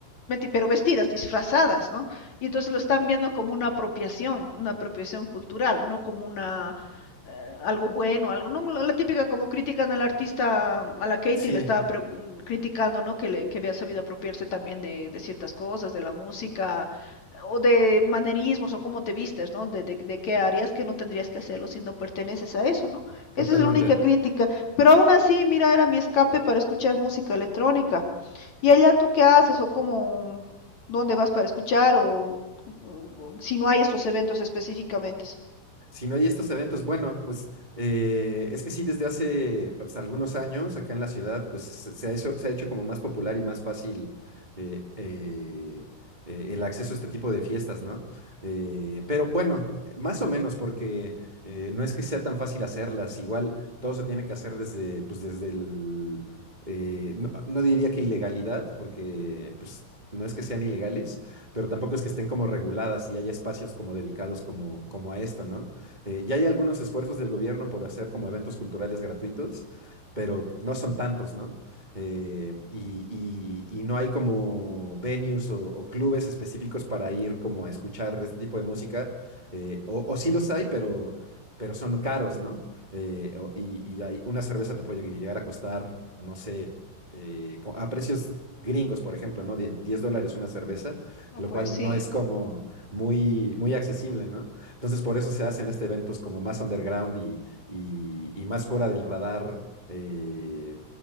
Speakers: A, on the left; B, on the right.
A: pero vestidas, disfrazadas, ¿no? Y entonces lo están viendo como una apropiación, una apropiación cultural, no como una eh, algo bueno, algo, no, la, la típica como critican al artista, a la Katy
B: Sí,
A: le estaban pre- mm, criticando, ¿no? Que, le, que había sabido apropiarse también de, de ciertas cosas, de la música, o de manerismos, o cómo te vistes, ¿no? De, de, de qué áreas que no tendrías que hacerlo si no perteneces a eso, ¿no?
B: totalmente.
A: Esa es la única crítica. Pero aún así, mira, era mi escape para escuchar música electrónica. ¿Y allá tú qué haces? ¿O cómo, dónde vas para escuchar? ¿O, o- o si no hay estos eventos específicamente?
B: Si no hay estos eventos, bueno, pues eh, es que sí, desde hace pues, algunos años acá en la ciudad, pues se, se ha hecho, se ha hecho como más popular y más fácil eh, eh, eh, el acceso a este tipo de fiestas, ¿no? Eh, pero bueno, más o menos, porque eh, no es que sea tan fácil hacerlas, igual todo se tiene que hacer desde, pues desde el, eh, no, no diría que ilegalidad, porque pues no es que sean ilegales pero tampoco es que estén como reguladas y haya espacios como dedicados como, como a esto, ¿no? Eh, ya hay algunos esfuerzos del gobierno por hacer como eventos culturales gratuitos, pero no son tantos, ¿no? Eh, y, y- y no hay como venues o, o clubes específicos para ir como a escuchar este tipo de música, eh, o, o sí los hay, pero, pero son caros, ¿no? Eh, o- y, y hay, una cerveza te puede llegar a costar, no sé, eh, co- a precios gringos, por ejemplo, ¿no? Die- 10 dólares una cerveza,
A: No,
B: lo
A: pues
B: cual
A: sí.
B: no es como muy, muy accesible, ¿no? Entonces, por eso se hacen este eventos como más underground y, y- y más fuera del radar, eh,